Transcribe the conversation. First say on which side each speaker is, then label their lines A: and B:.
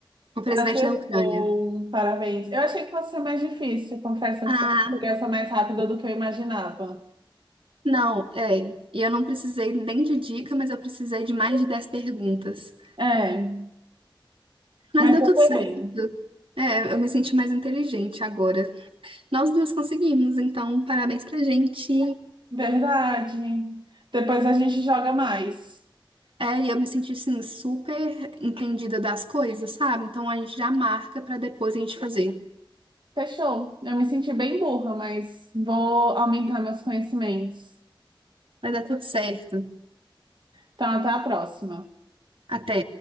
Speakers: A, on the right; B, on the right.
A: O presidente
B: Acertou.
A: da Ucrânia.
B: Parabéns. Eu achei que fosse ser mais difícil. Confesso
A: Ah,
B: que você conseguiu essa mais rápida do que eu imaginava.
A: não, é. E eu não precisei nem de dica, mas eu precisei de mais de 10 perguntas.
B: É,
A: Mas
B: mas
A: deu
B: eu
A: tudo
B: foi
A: certo.
B: bem.
A: É, eu me senti mais inteligente agora. Nós duas conseguimos, então parabéns pra gente.
B: Verdade. Depois a gente joga mais.
A: É, e eu me senti assim super entendida das coisas, sabe? Então a gente já marca pra depois a gente fazer.
B: Fechou. Eu me senti bem burra, mas vou aumentar meus conhecimentos.
A: Vai dar tudo certo.
B: Então, até a próxima.
A: Até.